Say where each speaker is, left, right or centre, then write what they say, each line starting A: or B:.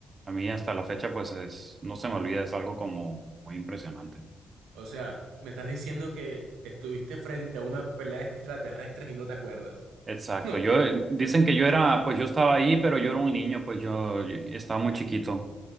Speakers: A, on the right (about 45°); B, on the right (about 80°).
A: A mí hasta la fecha, pues es, no se me olvida, es algo como muy impresionante.
B: o sea, me estás diciendo que estuviste frente a una pelea de extraterrestres y no te acuerdas.
A: Exacto.
B: <laughs> No,
A: Yo
B: que,
A: eh, dicen que yo era, pues yo estaba ahí, pero yo era un niño, pues yo estaba muy chiquito.